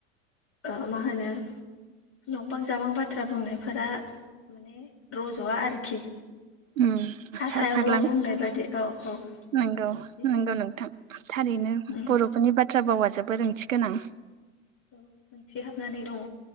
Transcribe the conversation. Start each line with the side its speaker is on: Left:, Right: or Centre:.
Left: ओ मा होनो नंबां जाबां बाथ्रा बुंनायफोरा माने रज'वा आरोखि
Right: उम सा
Left: सायावल'
Right: साग्लां
Left: बुंनाय बायदि औ औ
Right: नंगौ
Left: बिदिनो
Right: नंगौ नोंथां थारैनो
Left: उम
Right: बर'फोरनि बाथ्रा बावा जोबोर ओंथि गोनां
Left: औ ओंथि हाबनानै दङ